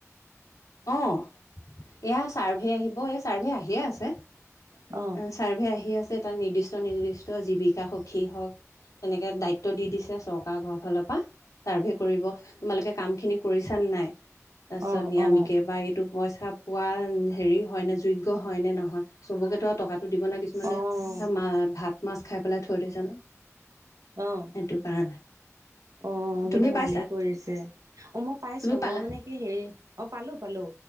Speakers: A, on the left; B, on the right.
A: অ' এয়া চাৰ্ভে আহিব এই চাৰ্ভে আহিয়ে আছে।
B: অ',
A: ছাৰ্ভে আহি আছে তাত নিৰ্দিষ্ট - নিৰ্দিষ্ট জীৱিকা সখী হওক তেনেকে দায়িত্ব দি দিছে চৰকাৰ ঘৰৰ ফালৰ পা। চাৰ্ভে কৰিব তোমালোকে কাম খিনি কৰিছা নে নাই তাৰপিছত
B: অ
A: নিয়ামিকে
B: অ
A: বা এইটো পইচা পোৱা হেৰি হয় নে যোগ্য হয় নে নহয় চবকে তো আৰু টকাটো দিব নোৱাৰে কিছু মানে
B: অ
A: ধৰা <unintelligible> মা ভাত মাছ খাই পেলাই থৈ দিচে ন'
B: অ অ
A: সেইটো কাৰণে।
B: অ,
A: তুমি
B: সেইটো
A: পাইছা
B: ভালেই কৰিছে অ' মই পাইছো
A: তুমি পালা
B: মই মানে কি হেৰি অ' পালো-পালো